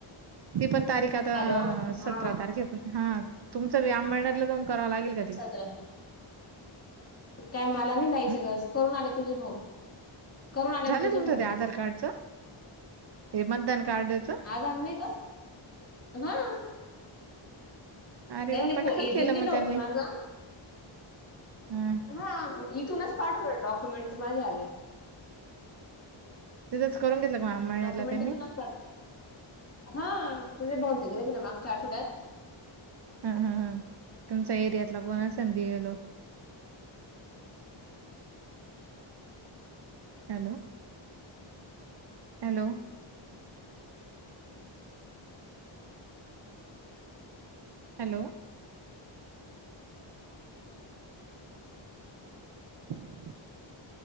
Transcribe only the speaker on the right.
ती पण तारीख आता
सतरा तारीखेपा हा तुमचं बी अम्मळनेरला जाऊन करावं लागेल का ते?
हम्म
झालं
तुमचं
ते आधार कार्डच्? हे मतदान कार्डचं.
अरे
वा पटकन
केलं
म
त्यांनी.
हम्.
तिथंच करून घेतलं का म अमळनेरला
त्यांनी?
हा हा हा तुमचा एरियातला कोण असेन B. L. O. Hello hello hello <inaudible>